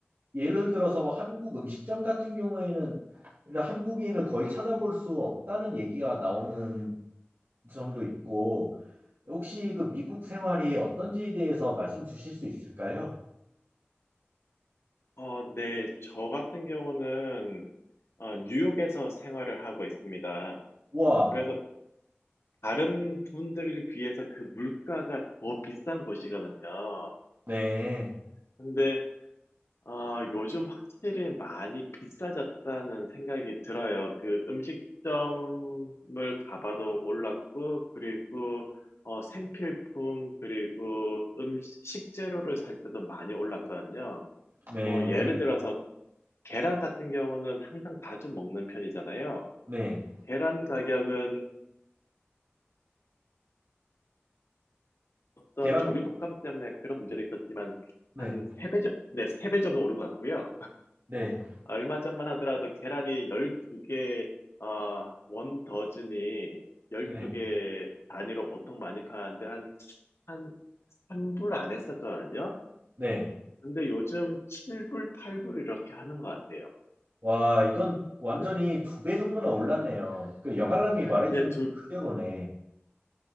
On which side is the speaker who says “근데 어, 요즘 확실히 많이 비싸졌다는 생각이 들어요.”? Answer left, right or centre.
Left